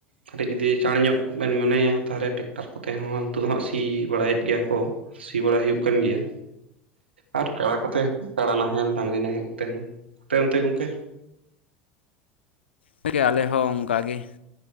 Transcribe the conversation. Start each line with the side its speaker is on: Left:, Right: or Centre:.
Right: ᱠᱟᱹᱴᱤᱡ ᱡᱩᱫᱤ ᱪᱟᱬ ᱧᱚᱜ ᱵᱮᱱ ᱢᱚᱱᱮᱭᱟ ᱛᱟᱦᱞᱮ ᱴᱮᱠᱴᱟᱨ ᱠᱚᱛᱮ ᱦᱚᱸ ᱛᱳᱜ ᱫᱚ ᱦᱟᱸᱜ ᱥᱤ ᱵᱟᱲᱟᱭᱮᱜ ᱜᱮᱭᱟ ᱠᱚ᱾ ᱥᱤ ᱵᱟᱲᱟ ᱦᱩᱭᱩᱜ ᱠᱟᱱ ᱜᱮᱭᱟ ᱟᱨ ᱠᱟᱲᱟ ᱠᱚᱛᱮ, ᱠᱟᱲᱟ ᱱᱟᱦᱮᱞ, ᱰᱟᱝᱨᱤ ᱱᱟᱦᱮᱞ ᱛᱮ ᱦᱚᱸ᱾ ᱯᱮ ᱚᱱᱛᱮ ᱜᱚᱝᱠᱮ?
Left: ᱛᱮᱜᱮ ᱟᱞᱮ ᱦᱚᱸ ᱚᱝᱠᱟᱜ ᱜᱮ᱾